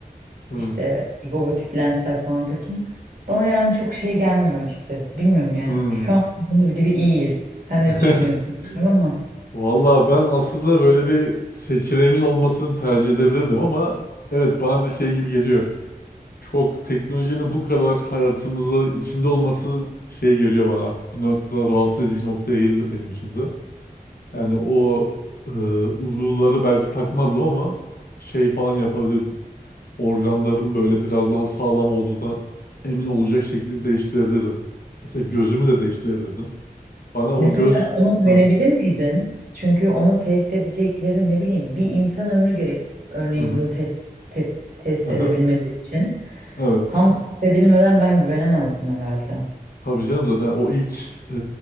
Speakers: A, on the left; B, on the right.
A: Hı.
B: işte robotik lensler falan takayım. Bana yani çok şey gelmiyor açıkçası. Bilmiyorum yani.
A: Hı.
B: Şu an olduğumuz gibi iyiyiz. Sen ne
A: <laughs>
B: düşünüyorsun bilmiyorum ama.
A: Valla ben aslında böyle bir seçeneğimin olmasını tercih edebilirdim ama evet bana da şey gibi geliyor. Çok teknolojinin bu kadar hayatımıza içinde olması şey geliyor bana artık bir noktada rahatsız edici noktaya geldi benim için de. Yani o e, uzuvları belki takmazdım ama şey falan yapabilirdim. Organlarım böyle biraz daha sağlam olduğuna emin olacak şekilde değiştirebilirdim. Mesela gözümü de değiştirebilirdim. Bana o
B: Mesela
A: göz...
B: ona güvenebilir
A: Hı,
B: miydin? Çünkü onu test edecekleri ne bileyim bir insan ömrü gerek. Örneğin
A: hı, hı,
B: bunu test te- test
A: hı,
B: edebilmeleri
A: hı.
B: için.
A: evet.
B: Tam test edilmeden ben güvenemezdim herhalde.
A: Tabii canım zaten o ilk e,